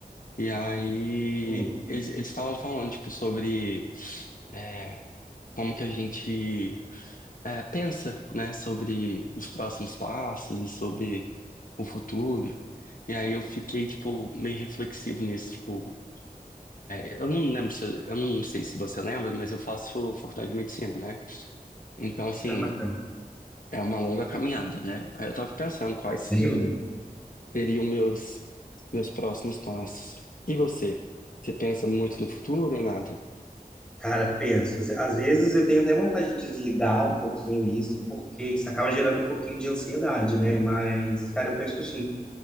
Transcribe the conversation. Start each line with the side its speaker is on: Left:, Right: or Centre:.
Left: e aí
Centre: Hum,
Left: eles eles estavam falando, tipo, sobre é, como que a gente é, pensa, né, sobre os próximos passos e sobre o futuro. E aí eu fiquei, tipo, meio reflexivo nisso, tipo, Eu não lembro se, eu não sei se você lembra, mas eu faço faculdade de medicina, né? Então, assim,
Centre: ah, bacana.
Left: é uma longa caminhada, né? Aí eu tava pensando quais
Centre: Eu,
Left: seriam meus, meus próximos passos. E você? Você pensa muito no futuro ou nada?
Centre: cara, penso, às vezes eu tenho até vontade de desligar um pouquinho isso, porque isso acaba gerando um pouquinho de ansiedade, né? Mas, cara, eu penso assim,